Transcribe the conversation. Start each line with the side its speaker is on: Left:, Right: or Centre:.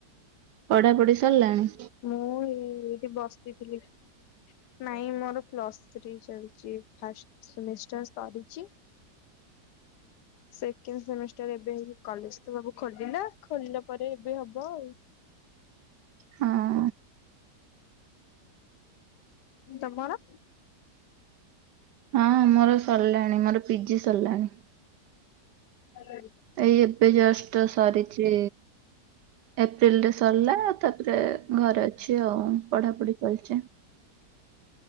Right: ପଢା ପଢି ସରିଲାଣି?
Left: ମୁଁ ଏଇ ଏଇଠି ବସିଥିଲି। ନାଇଁ ମୋର ପ୍ଲସ୍ ଥ୍ରୀ ଚାଲିଛି ଫାଷ୍ଟ ସେମିଷ୍ଟର ସରିଛି। ସେକେଣ୍ଡ ସେମିଷ୍ଟାର ଏବେ ହେଇକି କଲେଜ ତ ସବୁ ଖୋଲିଲା ଖୋଲିଲା ପରେ ଏବେ ହବ ଆଉ
Right: ହଁ।
Left: ତମର?
Right: ହଁ ମୋର ସରିଲାଣି ମୋର ପିଜି ସରିଲାଣି।
Left: ଭଲ ହେଇଛି।
Right: ଏଇ ଏବେ ଜଷ୍ଟ ସରିଛି ଏପ୍ରିଲରେ ସରିଲା ତାପରେ ଘରେ ଅଛି ଆଉ ପଢାପଢି ଚାଲିଛି।